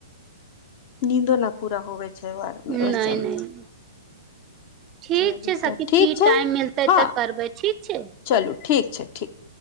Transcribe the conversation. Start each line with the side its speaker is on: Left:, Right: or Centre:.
Left: नींदो न पूरा होबे छै ओआर मे
Right: नहि
Left: ओइ सब
Right: नहि
Left: मे
Right: ठीक
Left: चलू
Right: छै सखी
Left: तऽ ठीक
Right: फिर
Left: छै
Right: टाइम मिलतै
Left: हँ
Right: तऽ करबै ठीक छै
Left: चलू ठीक छै ठीक